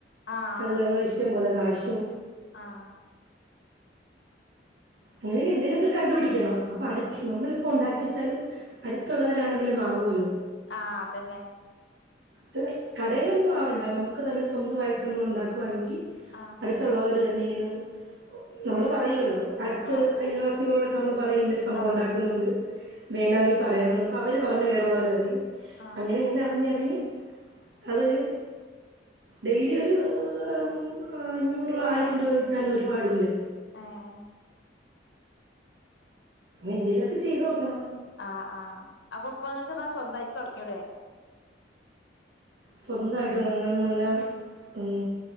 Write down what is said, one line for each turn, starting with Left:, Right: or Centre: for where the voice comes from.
Left: ആഹ്
Right: <unintelligible> ഇഷ്ടംപലെ കാശും
Left: ആഹ്
Right: അങ്ങനെ എന്തേലുവൊക്കെ കണ്ടുപിടിക്കണം അപ്പൊ അടു നമ്മളിപ്പോ ഒണ്ടാക്കി വെച്ചാലും അടുത്തുള്ളവരാണെങ്കിലും വാങ്ങുവല്ലോ
Left: ആഹ് അതന്നെ
Right: അല്ല കടയിലൊന്നും ആവണ്ട നമുക്ക് തന്നെ സ്വന്തവായിട്ട് നമ്മൾ ഉണ്ടാക്കുവാണെങ്കി
Left: ആഹ്
Right: <unintelligible> തന്നെ ഇങ്ങനെ നമ്മള് പറയുവല്ലോ അടുത്ത
Left: ആഹ്
Right: അയൽവാസികളോടൊക്കെ നമ്മള് പറയും ഇന്ന സംഭവം
Left: ആഹ്
Right: ഉണ്ടാക്കുന്നൊണ്ട് വേണമെങ്കിൽ പറയണം അവര് പറഞ്ഞ് വേറൊള്ളൊരറിയും
Left: ആഹ്
Right: അങ്ങനെ എങ്ങനെ അറിഞ്ഞറിഞ്ഞ് അതൊരു ഡെയിലി ഒരു ഉം അഞ്ഞൂറോ ആയിരം രൂപ കിട്ടാനോ ഒരുപാടുല്ല
Left: ആഹ
Right: എന്തലൊക്കെ ചെയ്ത് നോക്കണം
Left: ആ് ആ് അപ്പൊ ഇപ്പങ്ങൾക്ക് എന്നാ സ്വന്തമായിട്ട് തുടങ്ങിടേ
Right: സ്വന്തായിട്ട് തുടങ്ങാന്ന് നല്ലാ ഉ